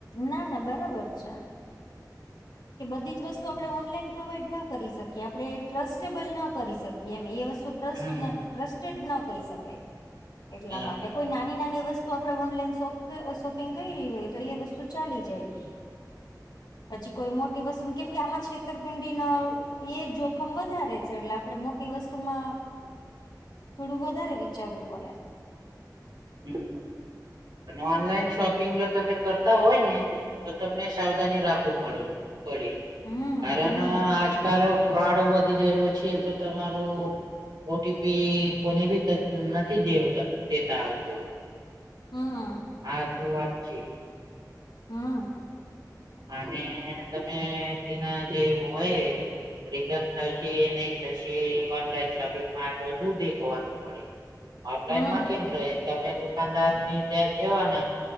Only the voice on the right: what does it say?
હમ
બરાબર
હમ. અને ઓનલાઈન શોપિંગ જો તમે કરતા હોય ને તો તમને સાવધાની રાખવું પડું પડે
કારણ
આજકાલ ફ્રોડ વધી ગયેલો છે તો તમારું ઓટીપી કોને બી નથી દે દેતા આવતું.
આતો વાત છે.
અને તમે તેના જે હોય રિટર્ન થશે એ નહી થશે ઓનલાઈન શોપિંગમાં આ બધું દેખવાનું પડ્યું. ઓફલાઈનમાં
કેમ રહે તમે દુાનદાર ની ત્યાં જવાના